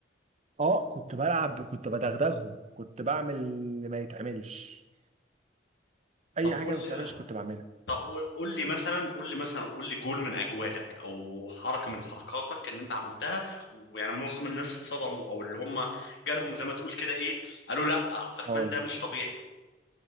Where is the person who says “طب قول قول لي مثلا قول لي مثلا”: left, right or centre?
Left